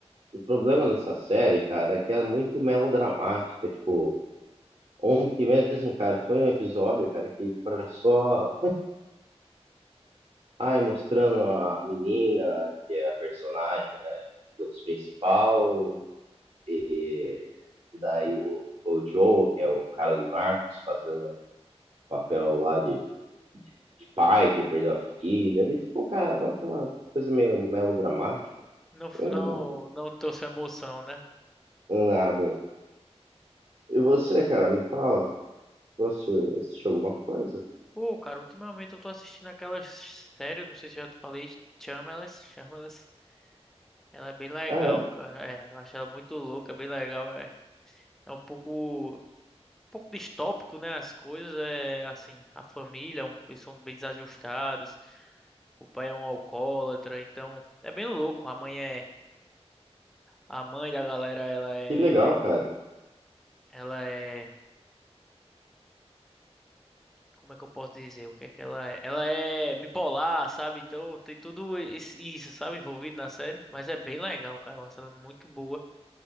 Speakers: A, on the right; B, in the centre.
A: O problema dessa série, cara, é que ela é muito melodramática, tipo. Ontem mesmo, cara, foi um episódio, cara, que tipo, era só, ai, mostrando a menina, que é a personagem, né, digamos, principal, e, e daí o, o Joe, que é o cara do Narcos, fazendo um papel lá de, de, de pai que perdeu a filha, daí ficou, cara, dá aquela coisa meio melodramática,
B: Não, f-
A: eu
B: não,
A: não,
B: não trouxe emoção, né?
A: nada. E você, cara, me fala, você assistiu alguma coisa?
B: Pô, cara, ultimamente eu tô assistindo aquelas séries, não sei se eu já te falei, Shameless, Shameless. Ela é bem legal,
A: Ah, é?
B: cara. É, eu acho ela muito louca, é bem legal. É, é um pouco, um pouco distópico, né? As coisas é assim, a família, é um, eles são bem desajustados. O pai é um alcoólatra, então é bem louco. A mãe é, a mãe da galera, ela é,
A: Que legal, cara.
B: ela é, como é que eu posso dizer? O que é que ela é? Ela é bipolar, sabe? Então tem tudo esse- isso, sabe, envolvido na série. Mas é bem legal, cara. É Uma série muito boa.